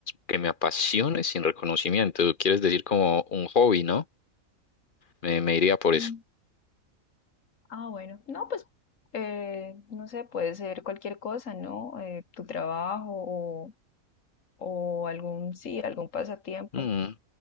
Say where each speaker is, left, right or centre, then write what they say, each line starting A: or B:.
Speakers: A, on the left; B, on the left.
A: que me apasione sin reconocimiento. Quieres decir como un hobby, ¿no? Me, me iría por
B: Mm,
A: eso.
B: Ah, bueno, no, pues, eh, no sé, puede ser cualquier cosa, ¿no? Eh, tu trabajo o, o algún, sí, algún pasatiempo.
A: Mm,